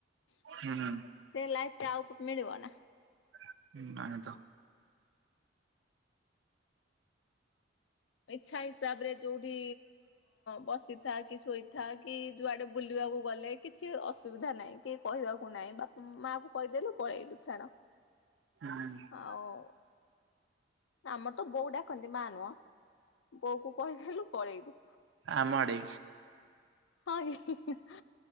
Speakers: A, on the left; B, on the right.
A: ସେ
B: ହୁଁ ହୁଁ
A: ଲାଇଫ୍ ଟା ଆଉ ମିଳିବ ନା?
B: <unintelligible>
A: ଇଚ୍ଛା ହିସାବରେ ଯୋଉଠି ବସିଥା କି ଶୋଇଥା କି ଯୁଆଡେ ବୁଲିବାକୁ ଗଲେ କିଛି ଅସୁବିଧା ନାହିଁ, କିଏ କହିବାକୁ ନାହିଁ, ବାପା ମାଆ କୁ କହିଦେଲୁ ପଳେଇଲୁ। ଛାଡ଼
B: ହୁଁ
A: ଆଉ ଆମର ତ ବୋଉ ଡାକନ୍ତି ମା ନୁହଁ। ବୋଉକୁ କହିଦେଲୁ, ପଳେଇଲୁ।
B: ଆମ ଆଡେ
A: ହଁ ଇ <unintelligible>